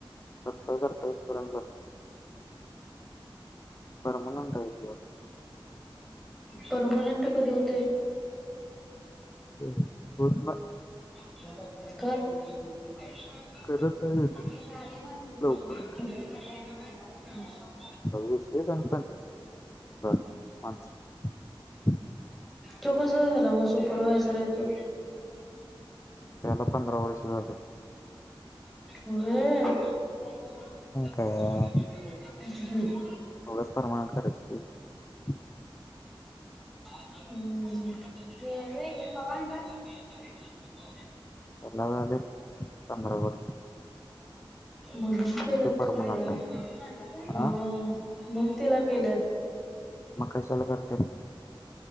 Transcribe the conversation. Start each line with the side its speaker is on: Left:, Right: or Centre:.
Left: सत्तावीस अठ्ठावीस पर्यंत जो परमानंट आहे त्यो
Centre: परमनंट कधी होतोय
Left: हो होत
Centre: <inaudible>
Left: करत नाही येत
Centre: <unintelligible>
Left: लवकर वर्ष झालं माणसं
Centre: तू कस झाला मग सुपरवा्हायझर आहे तो
Left: त्याला पंधरा वर्ष झाले
Centre: होई
Left: काय उगाच परमनंट करते तुम्ही
Centre: <inaudible>
Left: त्याला झालेत पंधरा वर्षे
Centre: म्हणून केलं
Left: परमनंट
Centre: त्याला काही
Left: आहे
Centre: म्हणून
Left: हा
Centre: तिला केल्यात
Left: मग कशाला करते.